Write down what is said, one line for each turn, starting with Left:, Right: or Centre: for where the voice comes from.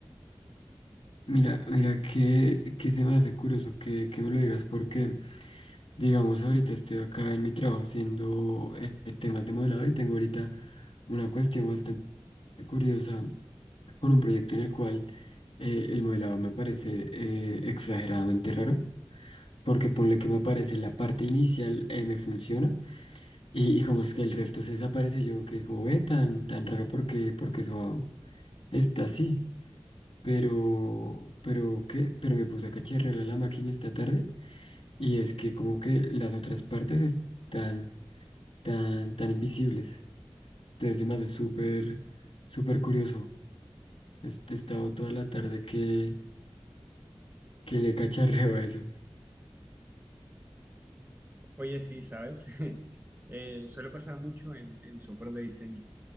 Left: Mira, mira, qué, qué se me hace curioso que, que me lo digas, porque, digamos, ahorita estoy acá en mi trabajo haciendo eh, eh, temas de modelado y tengo ahorita una cuestión bastante curiosa con un proyecto en el cual eh, el modelado me parece eh, exageradamente raro. Porque ponle que me aparece la parte inicial, eh, me funciona. Y, y como es que el resto se desaparece, yo que como ve tan, tan raro porque, porque eso está así pero, pero, ¿qué? Pero me puse a cacharrear la máquina esta tarde y es que como que las otras partes están tan, tan invisibles. Entonces me hace súper, súper curioso. Este, he estado toda la tarde que, que le cacharreo a eso.
Right: <laughs> Oye, sí, ¿sabes? <laughs> Eh, suele pasar mucho en, en software de diseño.